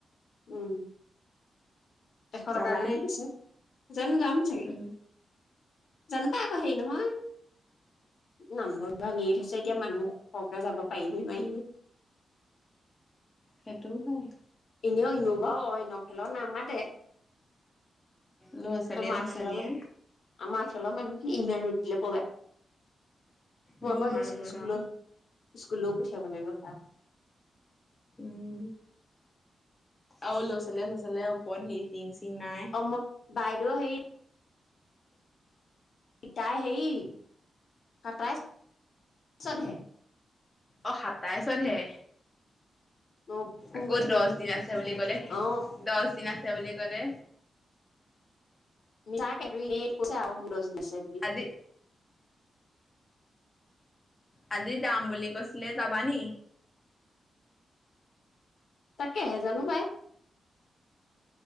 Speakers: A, on the left; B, on the left.
A: উম, এশ
B: যাবানে
A: টকাকে বুলি কৈছে, জানো যাম চাগে,
B: উম
A: জানো এই আকৌ, হেই নহয়। নামঘৰ ভাঙিয়ে থৈছে, এতিয়া মানুহ সৰহকে যাব পাৰিনে, নোৱাৰিয়ে।
B: সেইটোও হয়।
A: এনেও <inaudible> অইন, খেলৰ নাম মাতে।
B: ল'ৰা ছোৱালীয়ে
A: আমাৰ
B: চচালীয়ে
A: খালাৰ মানে, মানুহ আমা খালা মানুহ কি ইমান ৰুদ দিলে পবা। মই
B: উম
A: আকৌ সেই,
B: মাৰ লগত
A: স্কুলৰ-স্কুলও
B: আৰু
A: পঠিয়াব লাগিব সেয়া।
B: উম, আৰু ল'ৰা-ছোৱালী-চোয়ালীয়া ওপৰত সেই টিং- চিং নাই।
A: <inaudible> বাইদেউ হেৰি পিতাই, হেৰি সতা, ইছত হে।
B: অ, সাতাইছত হে।
A: মই ফোন
B: আকৌ
A: কৰিছিলো
B: দশ দিন আছে বুলি ক'লে,
A: অ
B: দশ দিন আছে বুলি ক'লে।
A: <inaudible> বুলি।
B: আজি আজি যাম বুলি কৈছিলে, যাবা নি?
A: তাকেহে, জানো পাই।